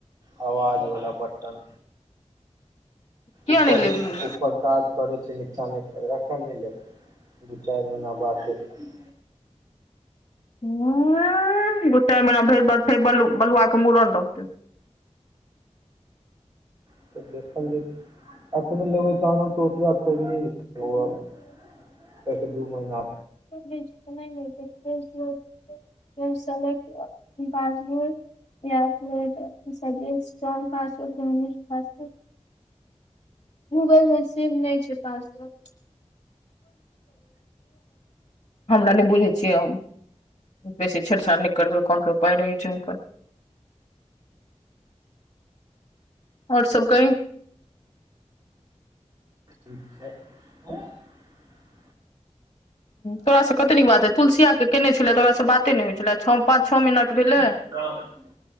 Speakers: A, on the right; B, on the left.
A: आवाज वल्ला बटन
B: किया
A: उपर
B: नहि लेबही
A: उ पर काज करै छै निचा नहि कर एखन नै लेब दू चारि महिना बाद लेब
B: <unintelligible> फेर बरूआ के मूड़न रहतै
A: <unintelligible> एक दू महिना
B: <inaudible> पासबुक य स्ट्रोंग पासबुक पासबुक गूगल मे सेिव नहि छै पासबक हमरा नहि बुझै छियै बेसी छेड़ सड़ करबै कोन रोपााय रहै छै आओर सब कहइ
A: <inaudible>
B: तोरासँ कते नीक बात तुलसियाक केने छले तोकरासँ बाते नहि छलै छ पाँच छओ मिनट भेले
A: <inaudible>